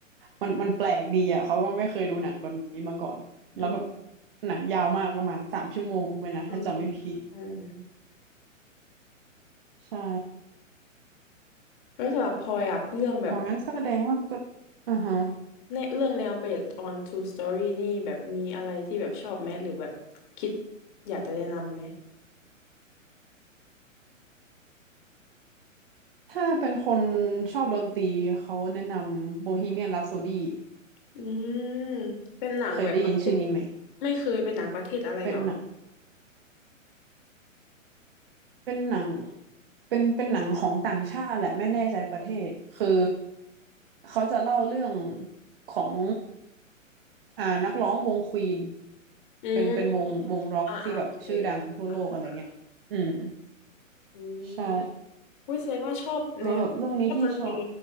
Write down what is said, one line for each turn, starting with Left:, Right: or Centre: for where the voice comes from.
Right: มันมันแปลกดีอ่ะเขาก็ไม่เคยดูหนังแบบนี้มาก่อน
Left: อืม
Right: แล้วแบบหนังยาวมากประมาณสามชั่วโมงเลยนะถ้าจำไม่ผิด
Left: อืมอืม
Right: ใช่
Left: แล้วสำหรับพลอยอ่ะ เรื่องแบบ
Right: อ๋องั้นแสดงว่าก็อ่าฮะ
Left: ในเรื่องแนว based on true story นี่แบบมีอะไรที่แบบชอบไหมหรือแบบคิดอยากจะแนะนำไหม
Right: ถ้าเป็นคนชอบดนตรีเขาแนะนำโบฮีเมียน h ัปโซดี
Left: อืมเป็นหนังแบบประเทศ
Right: เคยได้ยินชื่อนี้ไหม
Left: ไม่เคยเป็นหนังประเทศอะไรเหรอ
Right: เป็นหนังเป็นหนังเป็นเป็นหนังของต่างชาติแหละไม่แน่ใจประเทศคือเขาจะเล่าเรื่องของอ่านักร้องวงควีน
Left: อืมอมอืมอ่าอ่าโอเค
Right: เป็นเป็นวงวงร็อกที่แบบชื่อดังทั่วโลกอะไรเงี้ยอืม
Left: อ่าอ่าอืม
Right: ใช่
Left: วิ้ยแสดงว่าชอบแนวชอบดนตรี
Right: แล้วแบบเรื่องนี้ที่ชอบ